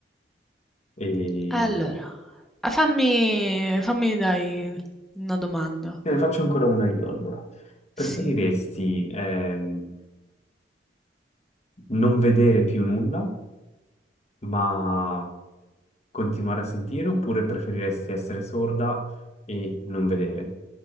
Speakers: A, on the left; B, in the centre.
A: E
B: Allora, ah, fammi, fammi dai una domanda.
A: Te ne faccio ancora una io, allora. Preferiresti
B: Sì.
A: ehm, non vedere più nulla, ma continuare a sentire, oppure preferiresti essere sorda e non vedere?